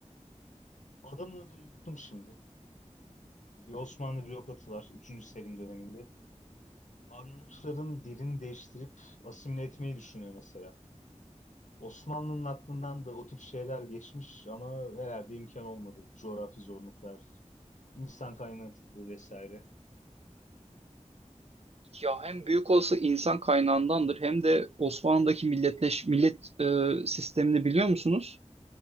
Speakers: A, on the left (about 75°); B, on the right (about 55°).
A: adamın adını unuttum şimdi. Bir Osmanlı bürokratı var üçüncü Selim döneminde. Arnavutların dilini değiştirip asimile etmeyi düşünüyor mesela. Osmanlı'nın aklından da o tip şeyler geçmiş ama herhalde imkan olmadı. Coğrafi zorluklar, insan kaynaklı vesaire.
B: Ya hem büyük olası insan kaynağındandır hem de Osmanlı'daki milletleş millet e, sistemini biliyor musunuz?